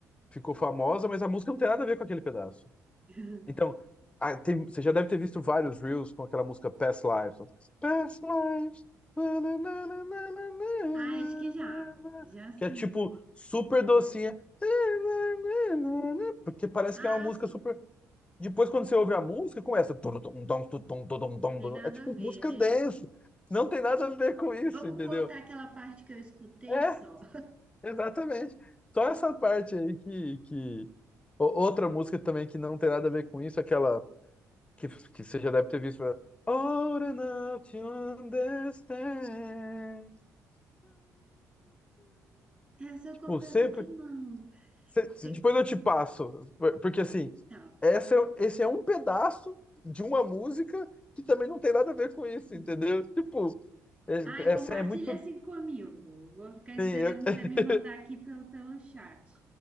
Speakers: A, on the left (about 20°); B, on the right (about 20°).
A: ficou famosa, mas a música não tem nada a ver com aquele pedaço.
B: <laughs>
A: Então, ah, tem- você já deve ter visto vários Reels com aquela música Past Lives. Past Lives. Na, na, na, na, na, na, na,
B: Ah, acho que já.
A: na, na,
B: Já sim.
A: Que é tipo super docinha. Na, na, na, na, na, Porque parece
B: Ah,
A: que é uma música
B: sim.
A: super. Depois, quando você ouve a música, começa. Tum, tum, tum, tum, tum, tum, tum,
B: Tem
A: tum.
B: nada
A: É tipo
B: a ver,
A: música
B: né?
A: dance. Não tem nada a ver com isso,
B: Vamos
A: entendeu?
B: cortar aquela parte que eu escutei
A: É,
B: só.
A: exatamente. Só essa parte aí que, que... o- Outra música também que não tem nada a ver com isso, aquela. Que, que você já deve ter visto. né? Old enough to understand.
B: <laughs> Essa eu
A: Tipo,
B: confesso
A: sempre.
B: que não.
A: se- se-
B: Eu,
A: Depois eu te passo. por- Porque assim,
B: Tá.
A: essa, é- esse é um pedaço de uma música que também não tem nada a ver com isso,
B: Uhum.
A: entendeu? Tipo, é-
B: Ai, compartilha
A: essa é muito.
B: assim comigo. Vou ficar esperando
A: tem- Eu, <laughs>
B: você me mandar aqui pelo, pelo chat.